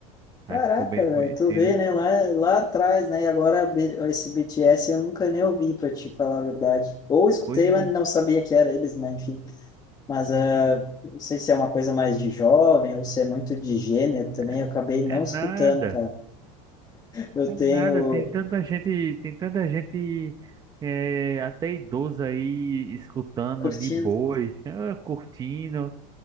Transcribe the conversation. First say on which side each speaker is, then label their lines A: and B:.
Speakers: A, on the left; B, on the right.
A: Caraca,
B: Aí ficou bem conhecido.
A: velho, tu vê, né, lá, lá atrás, né, e agora B- esse BTS eu nunca nem ouvi, pra te falar a verdade. Ou escutei,
B: Pois é,
A: mas não sabia que era eles, né, enfim. Mas ah, não sei se é uma coisa mais de jovem ou se é muito de gênero também,
B: é,
A: eu acabei não
B: é nada.
A: escutando, cara. Eu
B: É
A: tenho
B: Nada, tem tanta gente, tem tanta gente é, até idosa aí escutando
A: curtido.
B: de boas, ah, curtindo.